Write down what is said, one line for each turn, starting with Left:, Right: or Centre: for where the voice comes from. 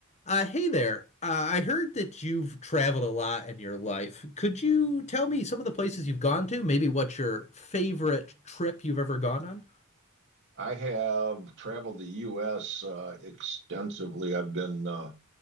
Left: Uh, hey there. Uh, I heard that you've traveled a lot in your life. Could you tell me some of the places you've gone to? Maybe what's your favorite trip you've ever gone on?
Right: I have traveled the U.S. uh, extensively. I've been uh,